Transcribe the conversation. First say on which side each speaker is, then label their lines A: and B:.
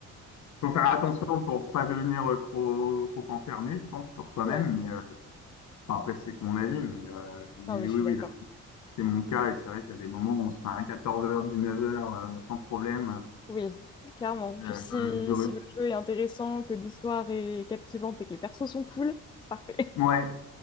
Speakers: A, on the left; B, on the left.
A: Faut faire attention pour pas devenir euh, trop, trop enfermé, je pense, sur soi-même,
B: Ouais,
A: Enfin, après, c'est que mon avis, mais, euh, mais
B: non mais
A: oui,
B: je suis
A: oui,
B: d'accord.
A: là, c'est c'est mon cas. Et c'est vrai qu'il y a des moments où on se fait un 14h, 19 heures euh, sans problème.
B: Oui, clairement. Puis
A: Euh,
B: si,
A: euh, juste heureux.
B: si le jeu est intéressant, que l'histoire est captivante et que les persos sont cool, c'est parfait.
A: Ouais.